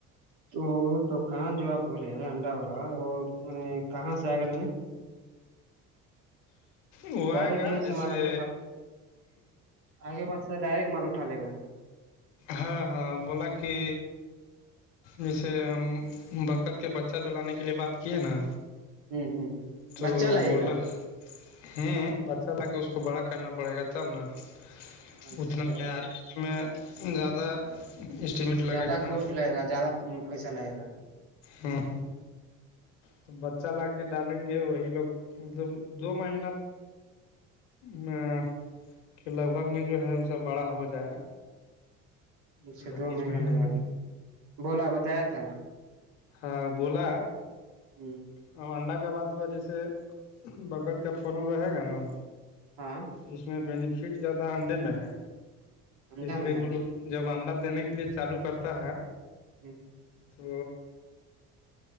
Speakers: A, on the right (about 70°); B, on the left (about 85°).
A: تو دکان جو آپ بولے انڈا والا وہ م کہاں سے آ گے
B: وہ
A: ڈائریکٹ
B: آئے گا
A: یہیں
B: جیسے
A: سے مالا کے پاس آگے پس سے ڈائریکٹل اٹھال گ
B: ہاں ہاں بولا کہ جیسے ہم برکت کے بچہ جو لانے کے لیے بات کیے نا
A: ہوں ہوں
B: تو
A: بچہ لگے
B: بولا
A: گا
B: ہ بچہ لا کے اس کو بڑا کرنا پڑے گا تب نا اتنا
A: اچھا
B: معیاری ہونے میں زیادہ اسٹیمیٹ لگے
A: زیادہ
B: گا نا
A: کوسٹ لگے گا زیادہ پیسہ لگے گا
B: ہاں تو بچہ لا کے ڈالیں گے وہی لوگ مطلب دو مہینہ میں کہ لگ بھگ میں جو ہے اس سب بڑا ہو جائے گا
A: اچھا
B: دو تین
A: مہینے
B: مہین
A: لگے
B: میں
A: گا بولا بتایا تھا
B: ہاں بولا
A: جی
B: اور انڈہ کا بات ہوا جیسے بگت کا فورم رہے گا نا
A: ہاں
B: اس میں بینیفٹ زیادہ انڈے میں ہے
A: انڈا
B: اس
A: میں
B: لیے
A: ہے
B: کہ لوگ جب انداز دینے کے لیے چالو کرتا ہے
A: جی
B: تو